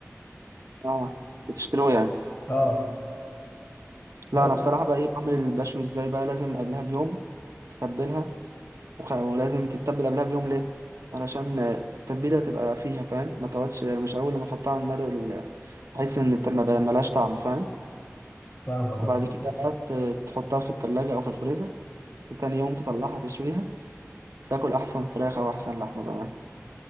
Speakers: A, on the right; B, on the left.
A: اه بتشتروه يعني
B: اه
A: لا
B: بس
A: انا بصراحه بقى ايه بعمل البشوي ازاي بقى لازم قبلها بيوم تتبلها وخ... ولازم تتبل قبلها بيوم ليه علشان آه، التتبيله تبقى فيها فاهم ما تقعدش مش اول لما تحطها على النار ال... تحس ان الت- ما بقى- ملهاش طعم فاهم
B: فاهمك
A: وبعد
B: اه
A: كده بقى ت- تحطها في التلاجة او في الفريزر تاني يوم تطلعها تشويها تاكل احسن فراخ او احسن لحمه بقى